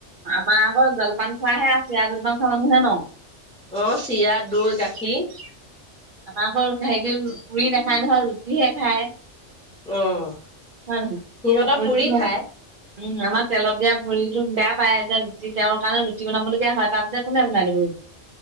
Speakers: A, on the right (about 55°); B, in the centre.
A: আমাৰ আকৌ জলপান খোৱাহে আছে জলপান খোৱা মানুহে ন।
B: অ চিৰা দৈ গাখীৰ।
A: আমাক হেৰি পুৰি নেখাই নহয় ৰুটিহে খায়।
B: অ সিহঁতৰ
A: হয় নহয় পুৰিটো
B: পুৰি খায়।
A: আমাৰ তেলত দিয়া পুৰিটো বেয়া পায় এতিয়া ৰুটি তেওঁৰ কাৰণে ৰুটি বনাবলগীয়া হয় তাত এতিয়া কোনে বনাই দিব ৰুটি!